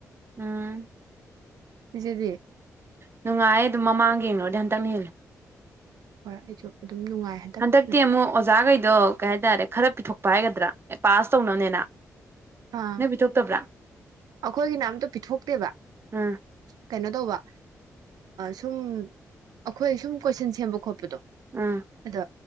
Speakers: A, on the right; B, on the right.
A: ꯎꯝ
B: ꯁꯤ ꯁꯤꯗꯤ
A: ꯅꯨꯡꯉꯥꯏ ꯑꯗꯨꯝ ꯃꯃꯥꯡꯒ ꯌꯦꯡꯉꯣꯗꯤ ꯍꯟꯇꯛ ꯍꯦꯜꯂꯦ
B: ꯍ ꯑꯩꯁꯨ ꯑꯗꯨꯝ ꯅꯨꯡꯉꯥꯏ ꯍꯟꯗꯛꯅ
A: ꯍꯟꯇꯤꯃꯣ ꯑꯣꯖꯥ ꯑꯗꯣ ꯀꯩ ꯍꯥꯏꯇꯥꯔꯦ ꯈꯔ ꯄꯤꯊꯣꯛꯄ ꯍꯥꯏꯒꯗ꯭ꯔꯥ ꯑꯦ ꯄꯥꯁ ꯇꯧꯅꯕꯅꯦꯅ
B: ꯑꯥ
A: ꯅꯣꯏ ꯄꯤꯊꯣꯛꯇꯕ꯭ꯔꯥ
B: ꯑꯩꯈꯣꯏꯒꯤꯅ ꯑꯝꯇ ꯄꯤꯊꯣꯛꯇꯦꯕ
A: ꯎꯝ
B: ꯀꯩꯅꯣ ꯇꯧꯕ ꯁꯨꯝ ꯑꯩꯈꯣꯏ ꯁꯨꯝ ꯀꯣꯏꯁꯟ ꯁꯦꯝꯕ ꯈꯣꯠꯄꯗꯣ
A: ꯑꯥ
B: ꯑꯗꯣ